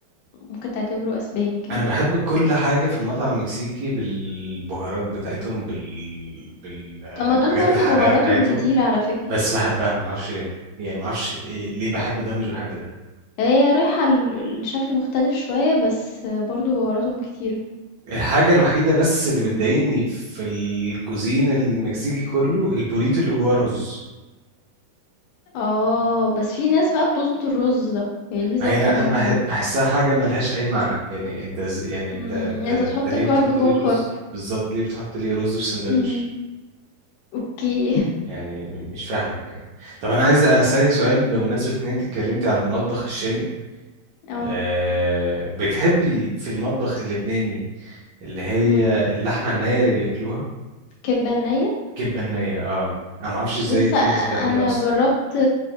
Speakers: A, on the left; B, on the right.
A: ممكن تعتبره أسباني كمان،
B: انا بحب كل حاجه في المطعم المكسيكي بالبهارات بتاعتهم بال بالحاجات
A: طب ما دول برضه
B: الحراقه
A: بهاراتهم
B: بتاعتهم
A: كتيرة على فكرة،
B: بس بحبها ما اعرفش ليه يعني ما اعرفش إيه- ليه بحب ده مش بحب ده
A: هي رايحة ل لشكل مختلف شوية بس برضه بهاراتهم كتيرة،
B: الحاجه الوحيده بس اللي
A: إمم،
B: بتضايقني في الكوزين المكسيكي كله البوريتو اللي جواه رز
A: آه، بس في ناس بقى بتضبط الرز ده، هي ليه
B: ما
A: ضابطة
B: هي انا
A: كده معينة.
B: بح- بحسها حاجه ملهاش اي معنى يعني انت ز... يعني
A: إمم،
B: انت انت
A: أنت تحط
B: انت ليه
A: كارب
B: بتحط
A: جوّه
B: لي رز
A: كارب.
B: بالظبط ليه بتحط لي رز في سندوتش
A: إمم، أوكي.
B: يعني م- مش فاهمك يعني طب انا عايز اسالك سؤال
A: إمم،
B: بمناسبه ان انت اتكلمتي عن المطبخ الشامي
A: آه،
B: أه بتحبي في المطبخ اللبناني اللي هي
A: إمم،
B: اللحمه النيه اللي بياكلوها
A: كِبّة نيّة؟
B: كبه النيه اه انا ما اعرفش ازاي
A: بُص
B: في ناس بتاكلها
A: أنا
B: اصلا
A: جرّبت